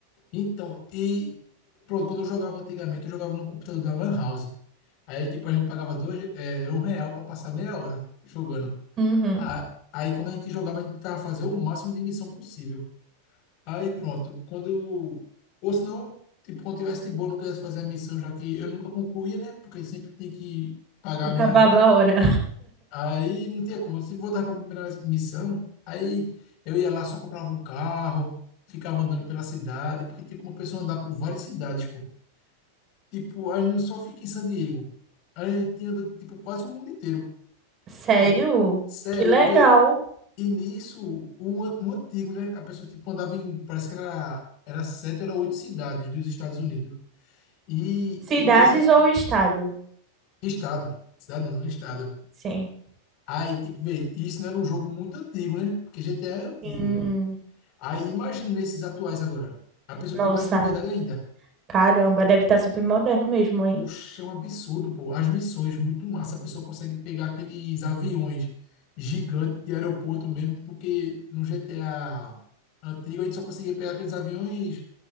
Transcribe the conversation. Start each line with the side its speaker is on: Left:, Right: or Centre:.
Left: Então, e. Pronto, quando eu jogava antigamente, eu jogava no computador da Lan House. Aí, tipo, a gente pagava dois, é, um real para passar meia hora jogando.
Right: Uhum.
Left: A- Aí, quando a gente jogava, a gente tentava fazer o máximo de missão possível. Aí pronto, quando eu. Ou se não, tipo, quando tivesse de boa, não quisesse fazer a missão, já que eu nunca concluía, né? Porque sempre tinha que pagar
Right: Acabava
Left: meia hora.
Right: a hora.
Left: Aí não tinha como. Eu sempre voltava para a primeira missão, aí eu ia lá, só comprava um carro, ficava andando pela cidade, porque tem como a pessoa andar por várias cidades, pô. Tipo, a gente não só fica em San Diego. A gente anda, tipo, quase o mundo inteiro.
Right: Sério?
Left: E, sério,
Right: Que legal.
Left: vê, e nisso, o, an- o antigo, né? A pessoa, tipo, andava em, parece que era, era sete ou era oito cidades dos Estados Unidos. E,
Right: Cidades
Left: e nesse
Right: ou estado?
Left: estado, cidade não, no estado.
Right: Sim.
Left: Aí, tipo, vê, isso não era um jogo muito antigo, né? Porque GTA é antigo.
Right: Hum,
Left: Aí, imagina nesses atuais agora. A pessoa
Right: nossa,
Left: tem mais liberdade ainda.
Right: Caramba, deve estar super moderno mesmo, hein?
Left: Poxa, é um absurdo, pô. As missões, muito massa. A pessoa consegue pegar aqueles aviões gigantes de aeroporto mesmo, porque no GTA antigo a gente só conseguia pegar aqueles aviões